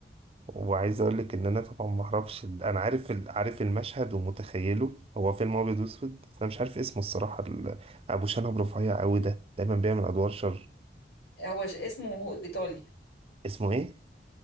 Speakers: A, on the right; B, on the left.
A: وعايز اقول لك ان انا طبعا ما اعرفش ال- انا عارف ال- عارف المشهد ومتخيله هو فيلم ابيض واسود بس انا مش عارف اسمه الصراحه ال- ابو شنب رفيع قوي ده دايما بيعمل ادوار شر
B: <laughs> هو ش- اسمه ايطالي
A: اسمه ايه